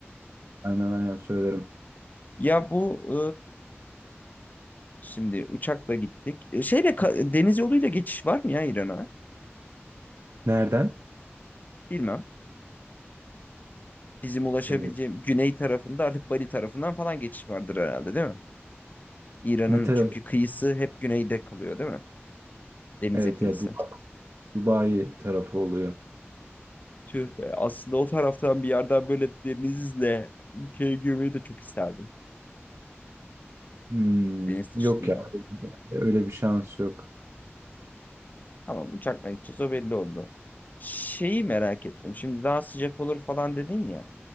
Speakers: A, on the right; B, on the left.
A: Aynen aynen söylerim.
B: Ya bu Şimdi uçakla gittik. E, Şeyle ka- deniz yoluyla geçiş var mı ya İran'a?
A: Nereden?
B: Bilmem. Bizim ulaşabileceğim
A: Ee,
B: güney tarafında artık Bali tarafından falan geçiş vardır herhalde değil mi? İran'ın
A: ne taraf?
B: çünkü kıyısı hep güneyde kalıyor değil mi? Denize
A: Evet
B: kıyısı.
A: ya Dubai, Dubai tarafı oluyor.
B: Tüh be, aslında o taraftan bir yerden böyle denizle ülkeye girmeyi de çok isterdim.
A: Hmm,
B: Deniz taşıtıyla.
A: yok ya. Öyle bir şans yok.
B: Tamam uçakla gideceğiz o belli oldu. Şeyi merak ettim. Şimdi daha sıcak olur falan dedin ya.